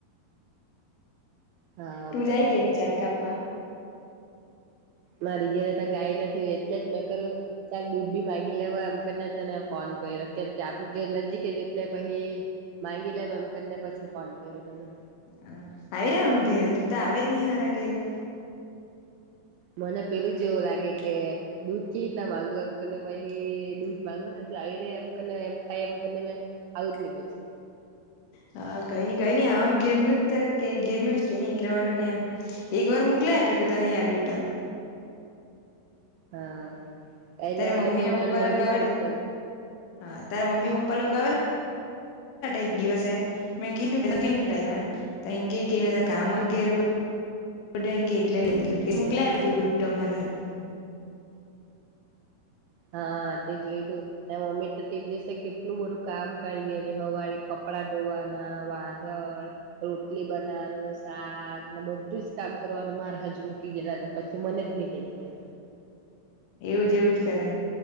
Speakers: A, on the right (about 80°); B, on the left (about 70°).
A: હા
B: તું
A: બરાબર
B: જાય કેની ચાર કાપ્પા
A: મારી જેને ગાય નથી હો એટલે જ મેં કરું તાલ દૂધ બી માંગી લે હોય એમને તને ફોન કરી કેમ કે આપણું ઘેર નજીક જ એટલે પછી માગી લેમ એમ કરીને પછી ફોન કર્યો તને
B: આવી રહ્યાવાનું ઘેરે તું તો આવેજ નહી હારા ઘેરે
A: મને પેલું જ એવું લાગે કે દૂધ કે રીતના માંગું એમને પછ દૂધ માંગવા આવી રે એમ એમ થાય એમને મે આવજ નહી પછી
B: હ હા કઈ નઈ કઈ નઈ આવાનું ઘેર ન જ ઘેરનું જ કે નહ એટલે વાડ ને એમ એક વાર મોકલા પેલું તો ન ારદઈટા
A: હા કંઈ
B: તારી
A: ની હવે
B: મમ્મી
A: તો મહિનાનું
B: ને પપ્પા
A: બાંધી
B: લોકો આવેલા
A: જ મોકવાનુ
B: હા તારા મમ્મી પપ્પા લોકો આવેલા એક દિવસે મેં કીધું કેમની લાઈવા એમ, તો એમ કે એને તો કામરુ ઘેરે બ બધા એમ કે, એટલે મોકલાઈ આપ્યું તું દૂધ તમારા હારુ
A: હા તે જોયલુ ને મમ્મી તો તે દિવસ કેટલું બધું કામ કરીએ હવારે કપડા ધોવાના વાદળ રોટલી બનાવાનું શાક ને બધું જ કામ કરવાનું મારે હજુ મૂકી ગયેલા ને પછી મને જ ની લઈ ગયા.
B: એવું જ એવું જ કરે